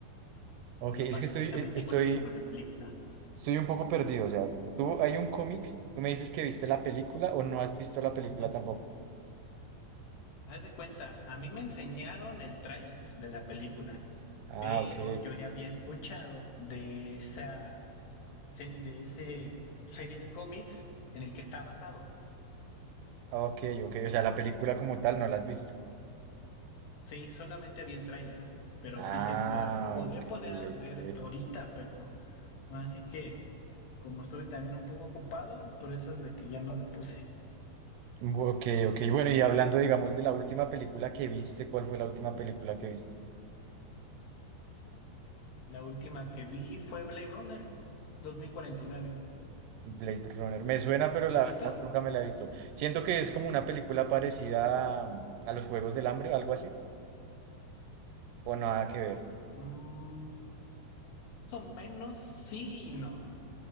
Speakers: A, on the left; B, on the right.
A: O
B: ok,
A: sea, no
B: es
A: pasa
B: que estoy,
A: exactamente
B: eh, estoy,
A: igual que como en la película.
B: estoy un poco perdido. O sea, tú hay un cómic, tú me dices que viste la película o no has visto la película
A: Ujú.
B: tampoco.
A: Haz de cuenta, a mí me enseñaron el tráiler de la película,
B: Ah,
A: pero
B: ok,
A: yo ya había escuchado de esa se- de ese serie de cómics en el que está basado.
B: Ah, ok, ok. O sea, la película como tal no la has visto.
A: Sí, solamente vi el tráiler, pero
B: Ah,
A: dije, la podría
B: ok,
A: poner a
B: ok.
A: ver ahorita, pero no, así que como estuve también un poco ocupado, por eso es de que ya no la puse.
B: Ok, ok. Bueno, y hablando, digamos, de la última película que viste, ¿cuál fue la última película que viste?
A: La última que vi fue Blade Runner 2049.
B: Blade Runner. Me suena, pero
A: ¿La
B: la
A: ¿Has visto?
B: verdad nunca me la he visto. Siento que es como una película parecida a, a los Juegos del Hambre, algo así, o nada que ver.
A: Mm, más o menos sí y no.